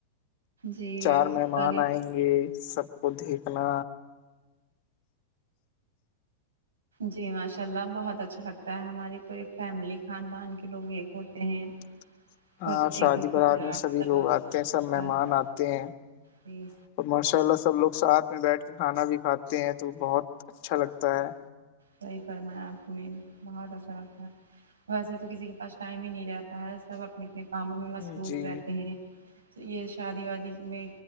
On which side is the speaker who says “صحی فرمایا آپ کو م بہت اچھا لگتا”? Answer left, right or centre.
Right